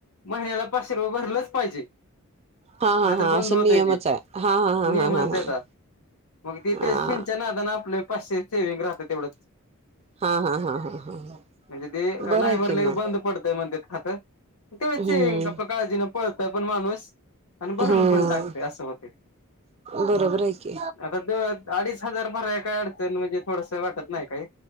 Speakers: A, on the left; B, on the right.
A: महिन्याला पाचशे रुपये भरलंच पाहिजे
B: हा हा
A: नाहीतर
B: हा
A: बंद
B: असं
A: होतय
B: नियमच
A: ते
B: आहे हा हा हा
A: नियम
B: हा
A: हाय
B: हा
A: ना त्याचा
B: हा हा
A: च्या नादं आपले पाचशे सेविंग राहतात तेवढंच
B: हा हा हा हा हा
A: म्हणजे ते
B: बरं
A: नाही
B: आहे
A: भरले
B: कि मग
A: की बंद पडतय म्हणतात खात तेवढाच
B: हम्म
A: हे आपल काळजीने पळतोय पण माणूस आणि भरून
B: हम्म
A: पण टाकतोय अस होतय
B: बरोबर आहे की.
A: आता अडीच हजार भराय काय अडचण म्हणजे थोडस वाटत नाही काही